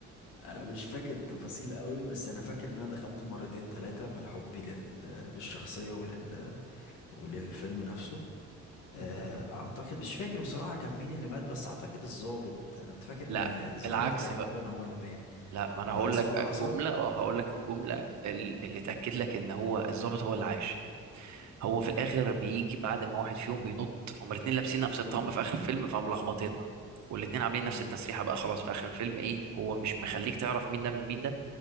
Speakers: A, on the left (about 85°); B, on the right (about 65°).
A: انا مش فاكر التفاصيل قوي بس انا فاكر ان انا دخلته مرتين ثلاثه من حبي لل... للشخصيه ولل... وللفيلم نفسه آه، اعتقد مش فاكر بصراحه كان مين اللي مات بس اعتقد الضابط انا كنت فاكر ان
B: لا
A: الضابط
B: العكس
A: تقريبا
B: بقى
A: هو اللي مات
B: لا ما أنا
A: العكس
B: هقول لك
A: هو اللي
B: بقى
A: حصل
B: الجملة أه هقول لك الجملة ال- اللي تأكد لك إن هو الضابط هو اللي عاش هو في الآخر بيجي بعد ما واحد فيهم بينط هما الاتنين لابسين نفس الطقم
A: امم
B: في آخر الفيلم فملخبطينا والاتنين عاملين
A: امم
B: نفس التسريحة بقى خلاص في آخر الفيلم إيه هو مش مخليك تعرف مين ده من مين ده